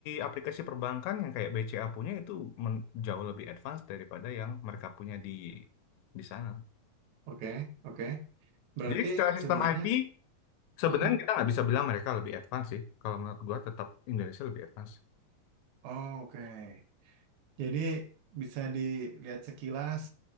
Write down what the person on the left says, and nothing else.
aplikasi perbankan yang kayak BCA punya itu men- jauh lebih advance daripada yang mereka punya di di sana.
Jadi secara sistem
IT sebenarnya
kita nggak bisa bilang mereka lebih advance sih. Kalau menurut gua tetap Indonesia lebih advance.